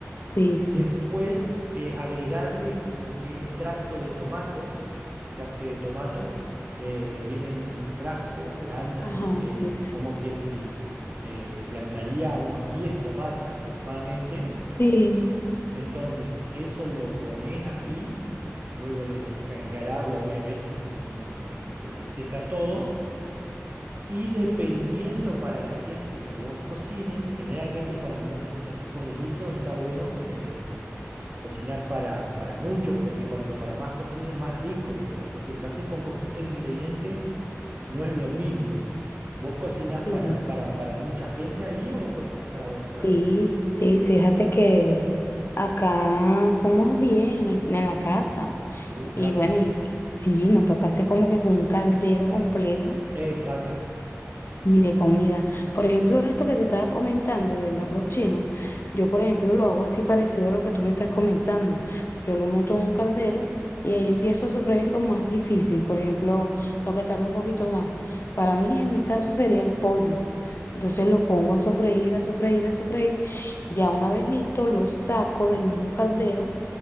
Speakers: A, on the left; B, on the right.
A: Sí, sí.
B: y después eh, agregarle lo que es extracto de tomato, extracto de tomato, eh, viene en un frasco grande así,
A: Ajá,
B: que
A: sí,
B: es
A: sí.
B: como que si eh, suplantaría unos 10 tomates aproximadamente,
A: Sí,
B: entonces, eso lo pones ahí, luego le tenés que agregar agua, obviamente, porque si no se, se te seca todo. Y dependiendo para la gente que vos cocines, generalmente cuando se hacen estos tipos de guisos está bueno eh, cocinar para, para muchos, porque cuanto para más cocines, más rico queda. Porque si lo haces con poquitos ingredientes, no es lo mismo. ¿Vos cocinás
A: sí.
B: para, para, para mucha gente ahí o cocinás para vos sola?
A: Sí, sí, fíjate que acá somos 10 en, es- en la casa.
B: Uh, claro.
A: Y bueno, y sí, nos toca hacer como que con un caldero completo
B: Exacto.
A: y de comida. Por ejemplo, esto que te estaba comentando del arroz chino, yo por ejemplo lo hago así parecido a lo que tú me estás comentando. Yo lo monto en un caldero y ahí empiezo a sofreír lo más difícil, por ejemplo, lo que tarda un poquito más. Para mí, en mi caso, sería el pollo. Entonces lo pongo a sofreír, a sofreír, a sofreír. Ya una vez listo, lo saco del mismo caldero